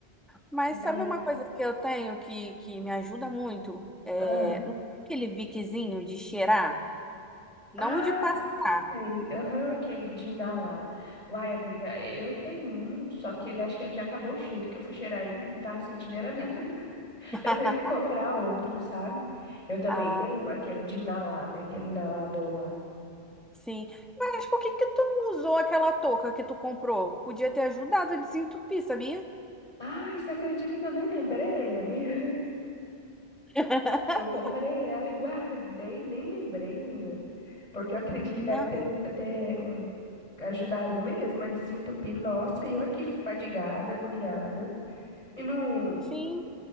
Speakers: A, in the centre; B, on the left.
A: Mas
B: E
A: sabe
B: aí até...
A: uma coisa que eu tenho que, que me ajuda muito? É,
B: ah
A: não tem aquele viquezinho de cheirar, não
B: Ah,
A: o de passar.
B: sei. Aham, aquele de inalar. Uai, amiga, eu tenho um, só que ele acho que ele já acabou o cheiro, que eu fui cheirar e não tava sentindo era nada. <laughs>
A: <laughs>
B: Eu tenho que comprar outro, sabe? Eu também
A: Ah,
B: tenho um, aquele de inalar, né? Aquele inalador lá.
A: sim. Mas por que que tu não usou aquela touca que tu comprou? Podia ter ajudado a desentupir, sabia?
B: Ai, você acredita que eu nem lembrei, amiga?
A: <laughs>
B: <laughs> Eu comprei ela e guardei, nem lembrei, menina. Porque eu acredito que
A: Não,
B: deve ter, ter uh, ajudado mesmo a desentupir. Nossa, e eu aqui fadigada, agoniada. E não.
A: sim.